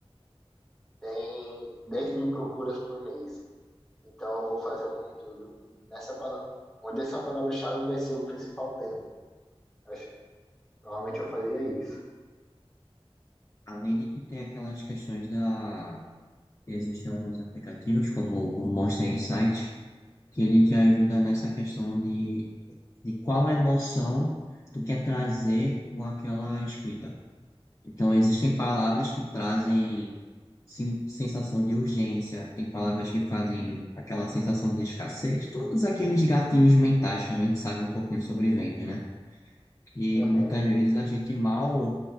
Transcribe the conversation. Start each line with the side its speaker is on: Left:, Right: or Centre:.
Centre: tem 10 mil procuras por mês. Então eu vou fazer um conteúdo com- nessa palavra, onde essa palavra-chave vai ser o principal tema. Acho- Normalmente eu fazia isso.
Left: Além de que tem aquelas questões da. Existem alguns aplicativos, como o Monster Insight, que ele te ajuda nessa questão de, de qual emoção tu quer trazer com aquela escrita. Então, existem palavras que trazem sim, sensação de urgência, tem palavras que fazem aquela sensação de escassez, todos aqueles gatilhos mentais que a gente sabe um pouquinho sobre vendas, né? E
Centre: Aham.
Left: muitas vezes a gente mal